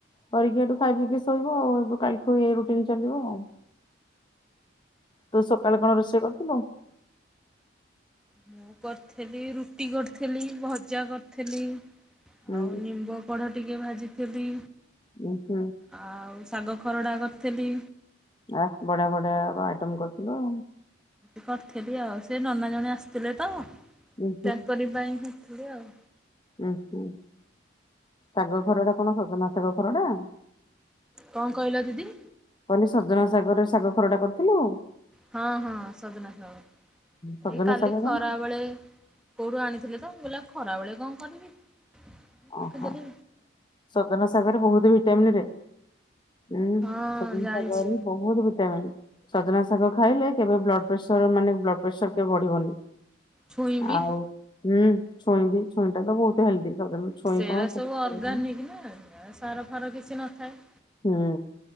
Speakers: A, on the left; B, in the centre.
A: କରିକି ସେଠୁ ଖାଇ ପିକି ଶୋଇବ ଆଉ, ଏ କାଲିଠୁ ଏଇ ରୁଟିନ ଚାଲିବ ଆଉ। ତୁ ସକାଳେ କଣ ରୋଷେଇ କରିଥିଲୁ
B: ମୁଁ କରିଥେଲି ରୁଟି କରିଥେଲି ଭଜା କରିଥେଲି
A: ହୁଁ
B: ଆଉ ନିମ୍ବ କଢ଼ ଟିକଏ ଭାଜିଥିଲି
A: ଓଃ
B: ଆଉ ଶାଗ ଖରଡ଼ା କରଥିଲି
A: ଆଃ ବଢିଆ ବଢିଆ ଆଇଟମ କରିଥିଲ
B: କରଥିଲି ଆଉ ସେ ନନା ଜଣେ ଆସିଥିଲେ ତ
A: ଉଁ
B: ତାଙ୍କରି ପାଇଁ କରଥିଲି ଆଉ
A: ଉଁହୁଁ ଶାଗ ଖରଡ଼ା କଣ ସଜନା ଶାଗ ଖରଡା
B: କନ୍ କହିଲ ଦିଦି
A: କହିଲି ସଜନା ଶାଗରେ ଶାଗ ଖରଡା କରିଥିଲୁ
B: ହ ହଁ ସଜନା ଶାଗ
A: ସଜନା
B: ଏଇ କାଲି
A: ଶାଗ
B: ଖରା
A: ଜାଣିଛୁ
B: ବେଳେ କୋଉଠୁ ଆଣିଥିଲେ ତ ମୁଁ କହିଲି ଆଉ ଖରାବେଳେ କଣ କରିବି ରଖିଦେଲି।
A: ଓହୋ ସଜନା ଶାଗରେ ବହୁତ୍ ଭିଟାମିନରେ ଉଁ
B: ହଁ
A: ସଜନା
B: ଜାଣିଛି
A: ସାଗରେ ବହୁତ ଭିଟାମିନ ସଜନା ଶାଗ ଖାଇଲେ କେବେ ବ୍ଲଡ଼ ପ୍ରେସର ମାନେ ବ୍ଲଡ଼ ପ୍ରେସର କେବେ ବଢ଼ିବନି
B: ଛୁଇଁ ବି
A: ଆଉ ହୁଁ ଛୁଇଁ ବି ଛୁଇଁଟା ତ ବହୁତ ହେଲ୍ଦି ଛୁଇଁ
B: ସେରା
A: କଣ ଛୋଟ
B: ସବୁ ଅର୍ଗାନିକ
A: କଣ ହୁଁ
B: ନା ସାର ଫାର କିଛି ନଥାଏ
A: ହୁଁ